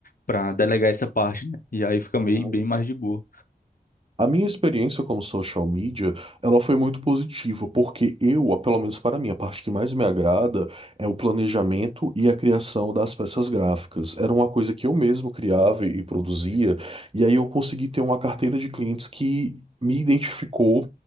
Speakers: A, on the left; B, on the right.
A: para delegar essa parte, né? E aí fica
B: uhum.
A: meio bem mais de boa.
B: A minha experiência como social media, ela foi muito positiva, porque eu, pelo menos para mim, a parte que mais me agrada é o planejamento e a criação das peças gráficas. Era uma coisa que eu mesmo criava e produzia, e aí eu consegui ter uma carteira de clientes que me identificou